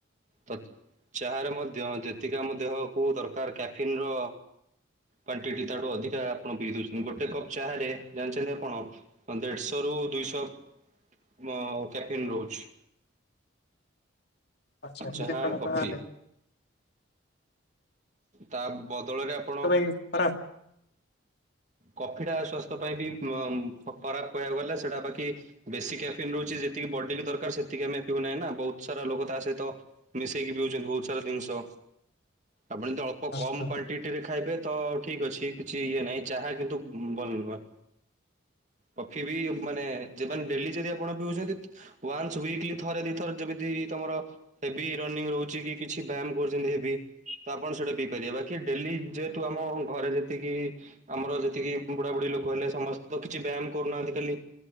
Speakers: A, on the right; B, on the left.
A: ତ ଚାହରେ ମଧ୍ୟ ଯେତିକି ଆମ ଦେହକୁ ଦରକାର କାଫିନ ର କ୍ଵାଣ୍ଟିଟି ତାଠୁ ଅଧିକା ଆପଣ ପିଇ ଦଉଛନ୍ତି ଗୋଟେ କପ୍ ଚାହାରେ ଜାଣିଛନ୍ତି ଆପଣ? ଦେଢଶହ ରୁ ଦୁଇଶହ ମ କ୍ୟାପିନ ରହୁଛି।
B: ଆଚ୍ଛା ଏମିତି
A: ଚାହା
B: କଥା
A: କଫି
B: ତାହେଲେ
A: ତା ବଦଳରେ ଆପଣ
B: ଖରାପ୍।
A: କଫିଟା ସ୍ଵାସ୍ଥ୍ୟ ପାଇଁ ବି ଖରାପ କହିବାକୁ ଗଲେ ସେଟା ବାକି ବେଶୀ କ୍ୟାଫିନ ରହୁଛି ଯେତିକି ବଡିକି ଦରକାର ସେତିକି ଆମେ ପିଉ ନାହିଁ ନା ବହୁତ ସାରା ଲୋକ ତା ସହିତ ମିଶେଇକି ପିଉଛନ୍ତି ବହୁତ ସାରା ଜିନିଷ ଆପଣଜଦି ଅଳ୍ପ
B: ଆଚ୍ଛା
A: କମ କ୍ଵାଣ୍ଟିଟି ରେ ଖାଇବେ ତ ଠିକ ଅଛି କିଛି ଇଏ ନାହିଁ ଚାହା କିନ୍ତୁ ଭଲ ନୁହେଁ। କଫି ବି ମାନେ ଯେମାନେ ଡେଲି ଯଦି ଆପଣ ପିଉଛନ୍ତି ୱାନ୍ସ ୱିକଲ ଥରେ ଦିଥର ଯେମିତି ତମର ହେଭି ରନିଂ ରହୁଛି କି କିଛି ବ୍ୟାୟାମ କରୁଛନ୍ତି ହେଭି। ତ ଆପଣ ସେଇଟା ପିଇ ପାରିବେ ବାକି ଡେଲି ଯେହେତୁ ଆମ ଘରେ ଯେତିକି ଆମର ଯେତିକି ବୁଢାବୁଢ଼ୀ ଲୋକ ହେଲେ ସମସ୍ତେ ତ କିଛି ବ୍ୟାୟାମ କରୁନାହାଁନ୍ତି ଖାଲି